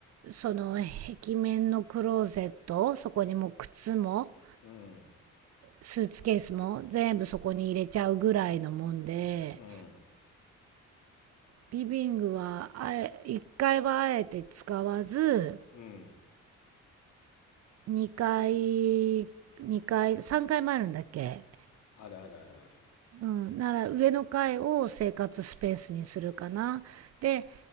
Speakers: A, on the right (about 55°); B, on the left (about 70°).
A: その壁面のクローゼットそこにもう靴も
B: うん。
A: スーツケースも全部そこに入れちゃうぐらいのもんで
B: うん。
A: リビングはあえ1階はあえて使わず
B: うん。
A: 2階2階3階もあるんだっけ
B: あるあるあるある。
A: うん、なら上の階を生活スペースにするかな。で、